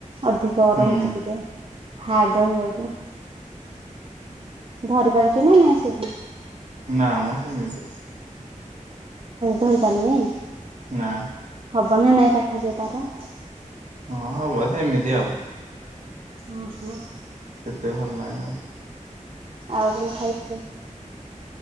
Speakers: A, on the right; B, on the right.
A: ଅଧିକ
B: ହୁଁ
A: ରହୁଛି ଟିକେ ହାର୍ଡ ରହିଯାଉଛି। ଧରିିପରିଚିନା କି ନାଇଁ ସୁବି
B: ନା ମ ସେମିତି।
A: ଧରି ପାରୁନି
B: ନା।
A: ହବ ନା ନାଇଁ ପାଠ ଯଏ ତାର।
B: ହଁ ହବ ସେମିତି ଆଉ।
A: ହଁ ହଁ
B: ସେତେ ଭଲ ନାହିଁ ଆଉ।
A: ଆଉ କଣ ଖାଇଥିଲୁ।